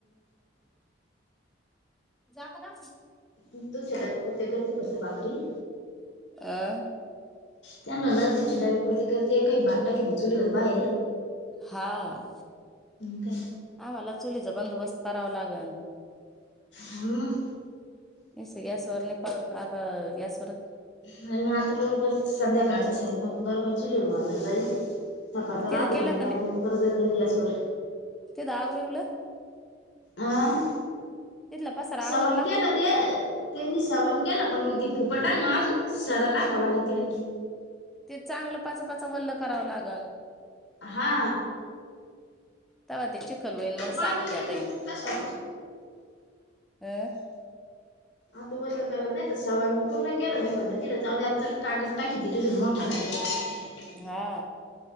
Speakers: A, in the centre; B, on the left.
A: जागा दाखवली
B: तुमच्या डब्यापुरती करते फक्त भाकरी.
A: आ,
B: त्यांना ना तुमच्या डब्या पुरती करते काही भात टाकीती चुलीवर बाहेर.
A: हा.
B: काय?
A: आम्हाला चुलीचा बंदोबस्त करावा लागण.
B: हम्म.
A: नीसत गॅसवर नाही परवडत आता गॅस
B: नाही मग आता बरोबर संध्याकाळचा स्वयंपाक बरोबर चुलीर व्हाजा जाई सकाळं राहतो
A: तिथं केला
B: मग डबा मग करत जाईन गॅसवर.
A: तेज आवरीवल?
B: आ
A: तिथला पसारा
B: सवन
A: आवरला
B: केल ते ते मी सवण केलं पण मग ती फुफटा आहे ना अजून सडा टाकावं लागल तिथ.
A: ते चांगलं पाचापाचा वल्ल करावं लागल.
B: हा.
A: तवा ते चिखल होईन मग
B: पाणी
A: सारून
B: नाही
A: घेता
B: ना
A: येईन.
B: तशा
A: अ?
B: आता वल्ल कराव नाय तर सवन पूर्ण केलं मी म्हटलं तिड जाऊदया चटका टाकी तिडून मो ठा डायरेक्ट.
A: हा.